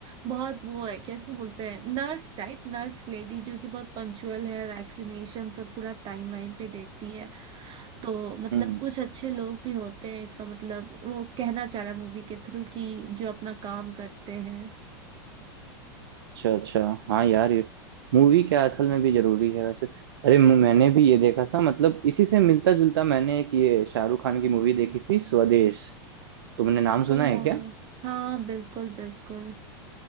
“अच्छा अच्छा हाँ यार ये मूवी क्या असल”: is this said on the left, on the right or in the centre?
Right